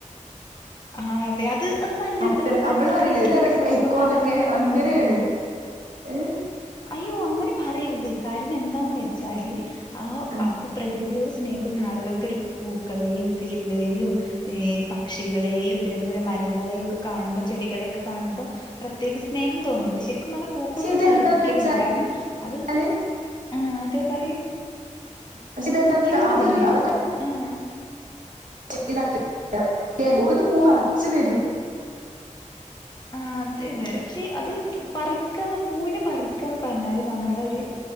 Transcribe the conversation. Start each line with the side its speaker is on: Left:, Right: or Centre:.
Left: ആ അതെ അത് അത് നല്ലൊരുതാ
Right: അത്ര
Left: അങ്ങനെ പ്രകൃതിയെ
Right: നമ്മള് പറയില്ലേ
Left: സ്നേഹിക്കുന്നത്
Right: ഒരു തരം സൈക്കോന്നൊക്കെ
Left: കൊണ്ട് അത് അങ്ങനെയൊക്കൊണ്ടാകും.
Right: അങ്ങനെയാണ് ഏഹ്
Left: അയ്യോ അങ്ങനെ പറയരുത് കാരണം എന്താന്ന് വെച്ചാല് ആഹോ
Right: ആഹ്
Left: ആപ്പ പ്രകൃതിയോട് സ് സ്നേഹിക്കുന്നാളുകൾക്കൊരു പൂക്കളേയും കിളികളേയും എ പക്ഷികളേയും തിരുവനന്തപുരം മരങ്ങളേയും ഒക്കെ കാണുമ്പ ചെടികളക്കെ കാണുമ്പ പ്രത്യകം സ്നേഹം തോന്നും ശരി മന പൂക്കളെന്നെ
Right: പക്ഷെ ഇതെന്താന്ന്
Left: പറി കിരുത് കാരണം അത്
Right: വെച്ചാല്
Left: ആ അതെ പറയൂ
Right: പക്ഷെ ഇത് എന്താന്ത്
Left: കേൾക്കുന്നില്ലേ
Right: അവളൊരു അവളെ ക
Left: ആ
Right: <unintelligible> ഏല്ലോട്ത്ത് പൂവറച്ചു വരും
Left: ആ അതെലേ പക്ഷെ അത് പറിക്കന്ന് പൂവിനെ പറിക്കന്ന് പറഞ്ഞാല് നമ്മളെ ഒരു